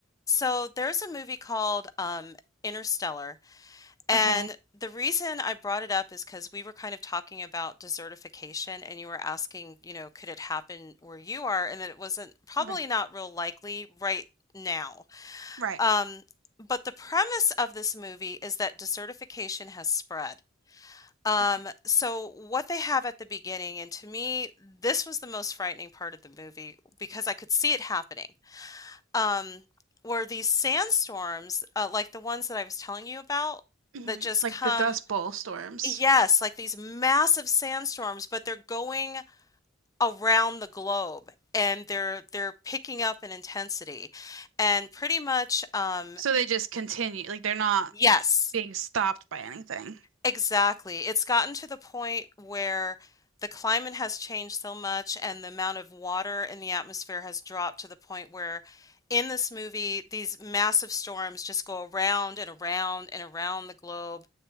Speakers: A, on the left; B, on the right.
A: So there's a movie called um, Interstellar, and
B: Okay.
A: the reason I brought it up is because we were kind of talking about desertification, and you were asking, you know, could it happen where you are, and that it wasn't probably
B: Right.
A: not real likely right now.
B: Right.
A: Um, but the premise of this movie is that desertification has spread. Um,
B: Okay.
A: so what they have at the beginning, and to me, this was the most frightening part of the movie because I could see it happening um, were these sandstorms, uh, like the ones that I was telling you about,
B: hmm
A: that just
B: Like
A: come,
B: the Dust Bowl storms.
A: yes, like these massive sandstorms, but they're going around the globe and they're they're picking up in intensity. And pretty much, um,
B: So they just continue. Like they're not
A: yes.
B: being stopped by anything.
A: Exactly. It's gotten to the point where the climate has changed so much and the amount of water in the atmosphere has dropped to the point where in this movie these massive storms just go around and around and around the globe.